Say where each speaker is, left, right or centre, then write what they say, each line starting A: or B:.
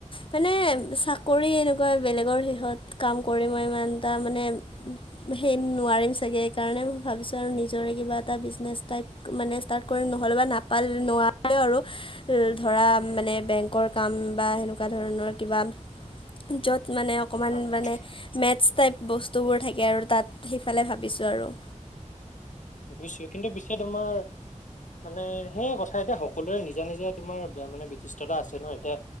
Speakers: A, on the left; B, on the left.
A: মানে চাকৰি, এনেকুৱা বেলেগৰ শেহত কাম কৰি মই ইমানটা মানে উম। সেই নোৱাৰিম চাগে, সেইকাৰণেই ভাবিছোঁ আৰু নিজৰে কিবা এটা বিজনেছ টাইপ মানে ষ্টাৰ্ট কৰিম নহ'লে বা নাপাল নোৱাৰে আৰু ল ধৰা, মানে বেংকৰ কাম বা সেনেকুৱা ধৰণৰ কিবা য'ত মানে অ' অকণমান
B: হয় হয়।
A: মানে, মেটছ টাইপ বস্তুবোৰ থাকে আৰু তাত সেইফালে ভাবিছোঁ আৰু
B: বুইছো কিন্তু পিছে, তোমাৰ মানে সেয়া কথা, এতিয়া সকলোৰে নিজা, নিজা তোমাৰ বে মানে বিশিষ্টতা আছে ন, এতিয়া